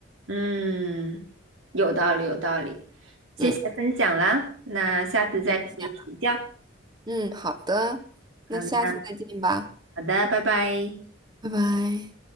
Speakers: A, on the right (about 85°); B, on the right (about 20°).
A: 嗯，有道理，有道理，谢谢分享啦，
B: 嗯，
A: 那下次再跟你请教。
B: 没关系啊嗯，好的，那下次再见吧，
A: 嗯，那好的，拜拜。
B: 拜拜。